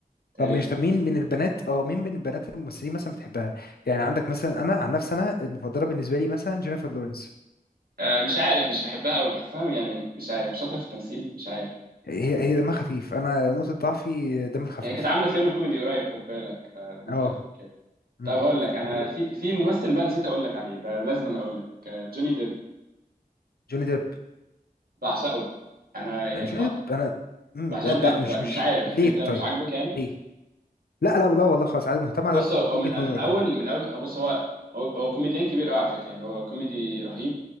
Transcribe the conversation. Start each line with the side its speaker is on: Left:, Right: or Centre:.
Right: تهيألي
Left: طب مش طب مين من البنات اه مين من البنات الممثلين مثلا بتحبها يعني عندك مثلا انا عن نفسي انا المفضله بالنسبه لي مثلا جينيفر لورنس
Right: آه، مش عارف مش بحبها قوي بحسها يعني مش عارف مش شاطره في التمثيل مش عارف
Left: هي هي دمها خفيف انا نقطه ضعفي دم الخفيف
Right: هي كانت عامله فيلم كوميدي قريب خد بالك فممكن
Left: اه
Right: عشان كده
Left: مم.
Right: طب هقول لك انا
Left: وجوني
Right: في في ممثل بقى نسيت اقول لك عليه ده لازم أنا اقول لك آه، جوني ديب
Left: ديب
Right: بعشقه انا يعني
Left: جوني ديب انا مم،
Right: بحسها بجد
Left: لا مش
Right: بقى
Left: مش
Right: مش عارف
Left: ليه
Right: انت مش
Left: طيب
Right: عاجبك يعني
Left: ليه لا لا لا والله خلاص عادي مهتم اعرف
Right: بص هو
Left: وجهة
Right: من
Left: نظرك
Right: من اول
Left: يعني
Right: من اول هو بص هو هو, هو كوميديان كبير قوي على فكره يعني هو كوميدي رهيب